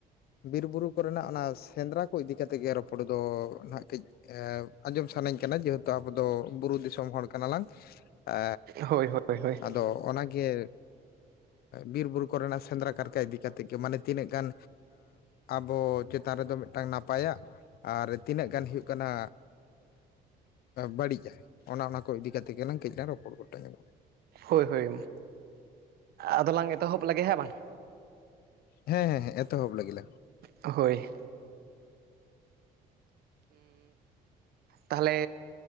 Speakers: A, on the left; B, on the right.
A: ᱵᱤᱨ ᱵᱩᱨᱩ ᱠᱚᱨᱮᱱᱟᱜ ᱚᱱᱟ ᱥᱮᱸᱱᱫᱽᱨᱟ ᱠᱚ ᱤᱫᱤ ᱠᱮᱛᱮᱜ ᱜᱮ ᱨᱚᱯᱚᱲ ᱫᱚ ᱱᱟᱦᱟᱜ ᱠᱟᱹᱡ᱾ ᱮᱸᱜ, ᱟᱸᱡᱚᱢ ᱥᱟᱱᱟᱧ ᱠᱟᱱᱟ ᱡᱮᱦᱮᱛᱩ ᱟᱵᱚ ᱫᱚ ᱵᱩᱨᱩ ᱫᱤᱥᱚᱢ ᱦᱚᱲ ᱠᱟᱱᱟ ᱞᱟᱝ᱾ ᱟᱻ
B: ᱦᱳᱭ ᱦᱳᱭ ᱦᱳᱭ
A: ᱟᱫᱚ ᱚᱱᱟ ᱜᱮ ᱵᱤᱨ ᱵᱩᱨᱩ ᱠᱚᱨᱮᱱᱟᱜ ᱥᱮᱸᱫᱽᱨᱟ ᱠᱟᱨᱠᱟ ᱤᱫᱤ ᱠᱟᱛᱮᱜ ᱜᱮ ᱢᱟᱱᱮ ᱛᱤᱱᱟᱹᱜ ᱜᱟᱱ ᱟᱵᱚ ᱪᱮᱛᱟᱱ ᱨᱮᱫᱚ ᱢᱤᱫᱴᱟᱱ ᱱᱟᱯᱟᱭᱟ ᱟᱨ ᱛᱤᱱᱟᱹᱜ ᱜᱟᱱ ᱦᱩᱭᱩᱜ ᱠᱟᱱᱟ ᱵᱟᱹᱲᱤᱡᱟᱭ ᱚᱱᱟ ᱚᱱᱟ ᱠᱚ ᱤᱫᱤ ᱠᱟᱛᱮ ᱜᱮᱞᱟᱝ ᱠᱟᱹᱡ ᱞᱟᱝ ᱨᱚᱯᱚᱲ ᱜᱚᱴᱟ ᱧᱚᱜᱼᱟ
B: ᱦᱳᱭ ᱦᱳᱭ ᱟᱫᱚᱞᱟᱝ ᱮᱛᱚᱦᱚᱵ ᱞᱮᱜᱮ ᱦᱮᱸ ᱵᱟᱝ
A: ᱦᱮᱸ ᱦᱮᱸ ᱦᱮᱸ ᱮᱛᱚᱦᱚᱵ ᱞᱟᱹᱜᱤᱫ
B: ᱦᱳᱭ ᱛᱟᱦᱚᱞᱮ